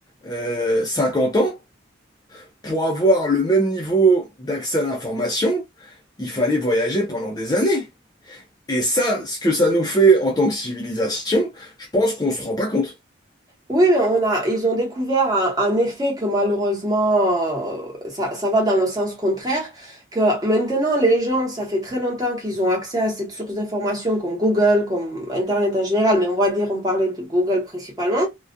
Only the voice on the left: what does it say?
euh, 50 ans, pour avoir le même niveau d'accès à l'information, il fallait voyager pendant des années. Et ça, ce que ça nous fait en tant que civilisation, je pense qu'on se rend pas compte.